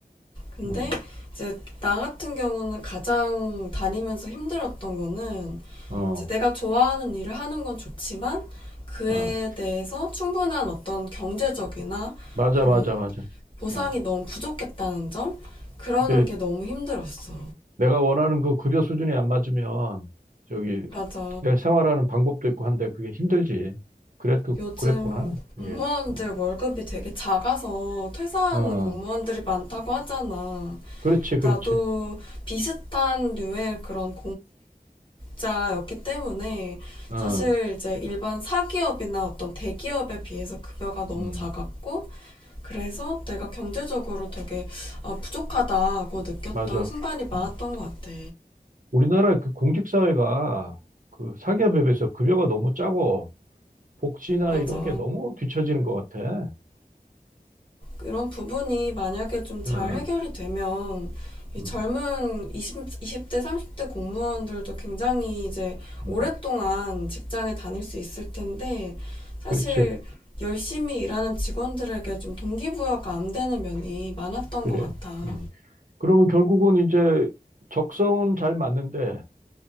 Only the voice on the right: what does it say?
음,
어,
어.
맞아,
맞아, 맞아.
어.
그게
내가 원하는 그 급여 수준이 안 맞으면 저기
내 생활하는 방법도 있고 한데 그게 힘들지. 그래도
그랬구나.
이게. 응.
어,
그렇지, 그렇지.
어,
음,
맞아.
음.
우리나라 그 공직사회가 그 사기업에 비해서 급여가 너무 짜고 복지나
이런 게 너무 뒤처지는 것 같아.
응,
음,
음.
그렇지,
그래.
음. 그러면 결국은 이제 적성은 잘 맞는데